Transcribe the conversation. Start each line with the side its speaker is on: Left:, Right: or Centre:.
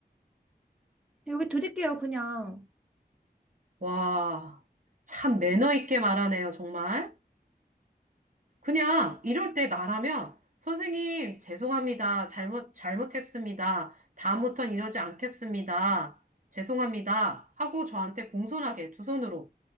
Centre: 여기 드릴게요 그냥.
Right: 와, 참 매너 있게 말하네요, 정말. 그냥 이럴 때 나라면 선생님 죄송합니다. 잘못 잘못했습니다. 다음부터는 이러지 않겠습니다. 죄송합니다. 하고 저한테 공손하게 두 손으로